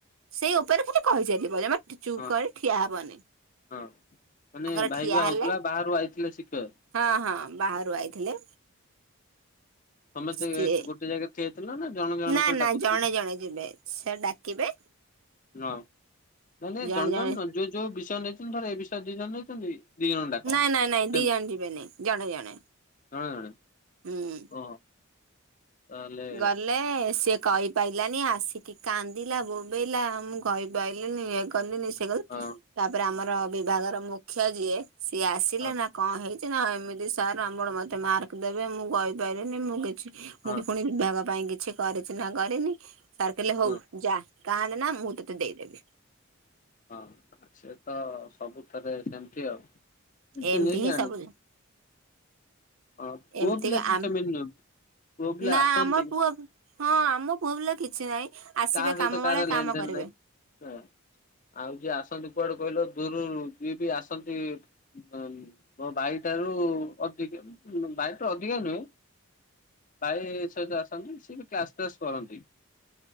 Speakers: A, on the right (about 70°); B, on the left (about 35°).
A: ସେଇ ଉପରେ ଖାଲି କହି ଚାଲିବ ଚୁପ୍
B: ହଁ
A: କରି ଠିଆ ହବନି
B: ହଁ ମାନେ
A: ଆଗର
B: ଭାଇ
A: ଠିଆ
B: ବା
A: ହେଲେ।
B: ହଉଥିଲା ବାହାରୁ ଆଇଥିଲେ ଶିଖିବାକୁ।
A: ହଁ ହଁ ବାହାରୁ ଆଇଥିଲେ।
B: ସମେ
A: ସିଏ
B: ଗୋଟେ ଜାଗା ଠିଆଇଥିଲ ନା ଜଣ ଜଣଙ୍କର
A: ନା ନା
B: ଡାକୁଥିଲା
A: ଜଣେ ଜଣେ ଯିବେ ସେ ଡାକିବେ।
B: ନ ନାହି
A: ଜଣେ
B: ଜଣ
A: ଜଣେ
B: ଜଣ ଯୋଉ ଯୋଉ ବିଷୟ ନେଇଛନ୍ତି ଧର ଏ ବିଷୟରେ ଦି ଜଣ ନେଇଛନ୍ତି। ଦି ଜଣ ଡାକ।
A: ନାଇଁ ନାଇଁ ନାଇଁ
B: ସେମିତି
A: ଦି ଜଣେ ଯିବେ ନାଇଁ ଜଣେ ଜଣେ।
B: ଜଣେ ଜଣେ
A: ହୁଁ!
B: ଓହୋ ତାହେଲେ
A: ଗଲେ ସିଏ କହି ପାଇଲାନି ଆସିକି କାନ୍ଦିଲା ବୋବେଇଲା ମୁଁ କହିପାରଲିିନି ଇଏ କି
B: ହଁ
A: ତାପରେ ଆମର ବିଭାଗର ମୁଖ୍ୟ ଯିଏ ସିଏ ଆସିଲେ
B: ହଁ
A: ନା କଣ ହେଇଛି ନା ଏମିତି ସାର୍ ଆମର ମତେ ମାର୍କ ଦେବେ ମୁଁ କହିପାରିବିନି ମୁଁ କିଛି
B: ହଁ
A: ମୁଁ ପୁଣି ବିଭାଗ ପାଇଁ କିଛି କରିଚି ନାଁ କରିନି ସାର କହିଲେ ହଉ
B: ହଁ।
A: ଯା! କାନ୍ଦେନା ମୁଁ ତତେ ଦେଇଦେବି!
B: ହଁ ସେ ତ ସବୁ ଥରେ ସେମିତି ଆଉ! ଚିହ୍ନି
A: ଏମତି ହିଁ
B: ଜାଣିଛି।
A: ସବୁ!
B: ହଁ ପୁଅ
A: ଏମତିକା
B: ପିଲା କିନ୍ତୁ ସେମିତି ନୁହେଁ ପୁଅ ପିଲା
A: ନା
B: ଆସନ୍ତି
A: ଆମ ପୁଅ ହଁ ଆମ ପୁଅ ପିଲା କିଛି ନାହିଁ! ଆସିବେ
B: କାହା ସହିତ
A: କାମ ବେଳେ
B: କାହାର
A: କାମ
B: ଲେନ ଦେନ
A: କରିବେ।
B: ନାହିଁ ଆଉ ଯିଏ ଆସନ୍ତି କୁଆଡେ କହିଲ ଦୂରୁରୁ ଯିଏ ବି ଆସନ୍ତି ହୁଁ, ମୋ ବାଇ ଠାରୁ ଅଧିକ ବାଇ ଠାରୁ ଅଧିକା ନୁହେଁ! ପା ସହିତ ଆସନ୍ତି ସିଏ ବି କ୍ଲାସ୍ ଫ୍ଲାସ୍ କରନ୍ତି <inaudible>